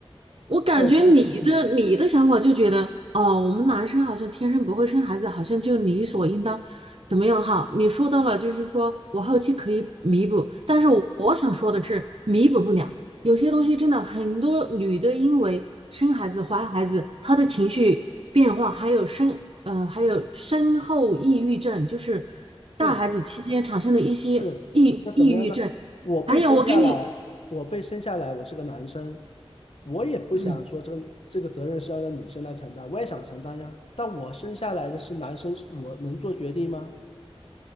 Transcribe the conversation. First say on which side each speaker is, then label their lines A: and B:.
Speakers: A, on the right; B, on the left.
A: 我感觉你的你的想法就觉得，
B: 那我说，嗯，
A: 哦，我们男生好像天生不会生孩子，好像就理所应当，怎么样哈？你说到了，就是说我后期可以弥补，但是我我想说的是，弥补不了，有些东西真的很多女的因为生孩子、怀孩子，她的情绪变化，还有生呃，还有身后抑郁症，就是带孩子期间产生的一些抑抑郁症，
B: 对。是，那怎么样呢？我被生下来，
A: 还有我给你。
B: 我被生下来，我是个男生，我也不想说这个这个责任是要让女生来承担，
A: 嗯。
B: 我也想承担呀。但我生下来的是男生，我能做决定吗？